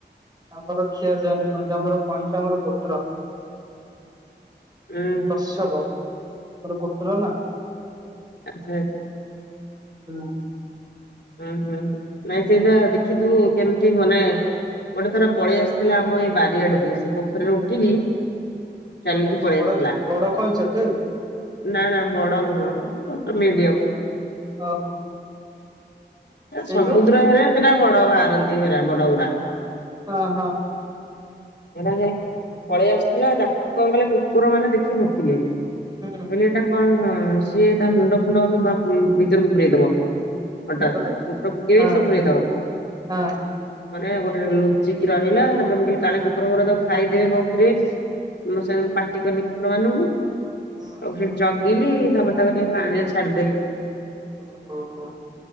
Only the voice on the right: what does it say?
ଆମର ଖିଆ ଯାଏନି କଇଁଛ ଆମର କଇଁଛ ଆମର ଗୋତ୍ର।
କଶ୍ୟବ ଆମର ଗୋତ୍ର ନା।
ହୁଁ।
ଓହୋ
ବଡ଼
ବଡ଼ କଇଁଛ ଟେ?
ଓହୋ।
ସେଇଠୁ
ହଁ ହଁ।
ହୁଁ।
ତାପରେ
ହଁ
ହଁ
ହଁ
ହଁ
ଓ ହୋ ହୋ।